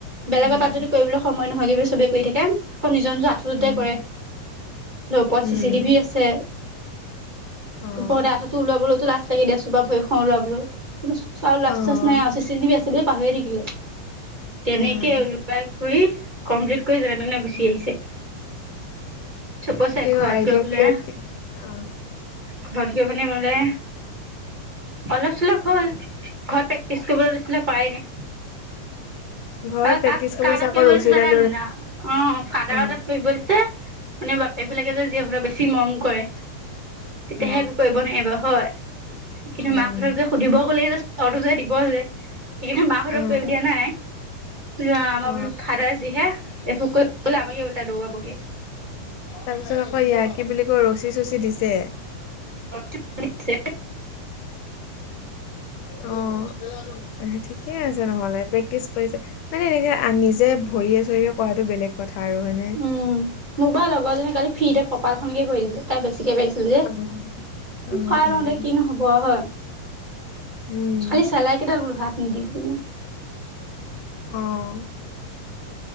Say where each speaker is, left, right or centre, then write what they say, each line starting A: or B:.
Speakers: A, on the right (about 20°); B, on the left (about 75°).
A: বেলেগৰ
B: উম,
A: তাত যদি কৰিবলৈ সময় নহয় কি বুলি সবেই কৰি থাকে আকৌ নিজৰ নিজৰ আ থ্ৰুতে
B: উম,
A: কৰে ওপৰত
B: উম,
A: চি চি টিভি আছে
B: <inaudible> অ',
A: ওপৰলে আঠুটো ওলাবলৈকে লাজ লাগে দে চোন বা ভৰি খন ওলাবলৈও কিন্তু চ আৰু লাজ
B: অ',
A: চাজ নাই আ চি চি টিভি আছে বুলি পাহৰি থাকিলো তেনেকে
B: অ',
A: ওলাই কৰি কমপ্লিট কৰি যেনে তেনে গুচি
B: উম।
A: আহিছে। চব কৈছে
B: তেওঁ
A: ঘৰত
B: আইডিয়া
A: গৈ বোলে
B: কে উম
A: ঘৰত গৈ মানে মোলে অলপ চলপ হ'ল ঘৰত প্ৰেক্টিচ কৰিবলৈ দিছিলে কৰায়ে নাই
B: ঘৰত
A: অ',
B: প্ৰেক্টিচ
A: কাক কাৰ তাত
B: আকৌ
A: কৰিব
B: ৰছীডালৰ
A: দিছে জানা নে নাজানা উম ফাদাৰৰ
B: অ
A: তাত কৰিব দিছে। মানে বাপেক বিলাকে যে জীয়েক বোৰক বেছি মৰম কৰে তেতিয়াহে
B: অ
A: একো কৰিব নোৱাৰিব হয়। কিন্তু
B: উম
A: মাকহঁতক যে সুধিব গ'লেই যে চৰটো যে দিব যে সেইকাৰনে মাকহঁতক
B: অ
A: কৰিব দিয়া নাই কিন্তু আমাৰ
B: অ
A: বোলো ফাদাৰ যিহে একো কৰিব গলে আমাকে উলতা দৌৰাবগে
B: তাৰপিছত আকৌ ইয়াক কি বুলি কয় ৰছী চচী দিছে
A: ৰচিও দিছে <unintelligible>
B: অ', আহ ঠিকে আছে নহলে প্ৰেক্টিছ কৰিছে। মানে এনেকে নিজে ভৰিয়ে চৰিয়ে কৰাটো বেলেগ কথা আৰু হয়নে।
A: উম মোক বা লগৰজনী কালি ফ্ৰীতে কপালখনকে কৰি দি দিলে তাৰ বেছিকে পাইছে যে
B: অ অ
A: খাই
B: উম
A: লওঁ দে কিনো হব আৰু হয়
B: উম
A: খালি চেলাই কেইডাল বোলো হাত নিদিবি কলো।
B: উম।